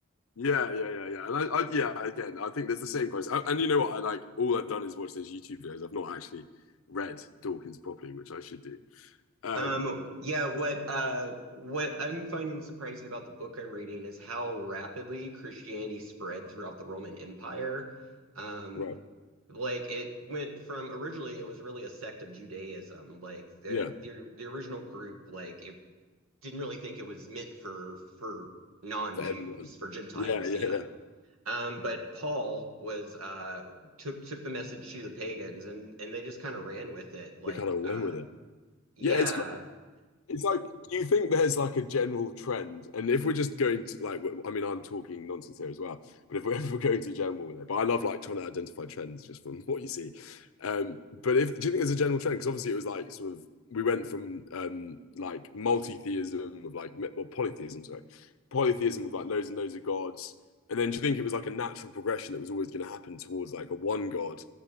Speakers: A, on the left; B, on the right.
A: Yeah, yeah, yeah, yeah. And I, I, yeah, again, I think there's the same question. I, and you know what? I like all I've done is watch those YouTube videos. I've not actually read Dawkins properly, which I should do. Um,
B: Um, yeah, what uh what I'm finding surprising about the book I'm reading is how rapidly Christianity spread throughout the Roman Empire. Um.
A: right.
B: Like it went from originally it was really a sect of Judaism. Like the
A: Yeah,
B: the the original group, like it didn't really think it was meant for for non-Jews,
A: for everyone.
B: for Gentiles,
A: Yeah, yeah,
B: yeah.
A: yeah.
B: Um, but Paul was uh took took the message to the pagans and and they just kind of ran with it. Like
A: They kind of went
B: uh
A: with it.
B: yeah.
A: Yeah, it's cool. It's like, do you think there's like a general trend? And if we're just going to like, I mean, I'm talking nonsense here as well, but if we're, <laughs> if we're going to general with it, but I love like trying to identify trends just from <laughs> what you see. Um, but if do you think there's a general trend? Because obviously it was like sort of we went from um like multi-theism of like mi- well polytheism, sorry, polytheism of like loads and loads of gods, and then do you think it was like a natural progression that was always going to happen towards like a one god,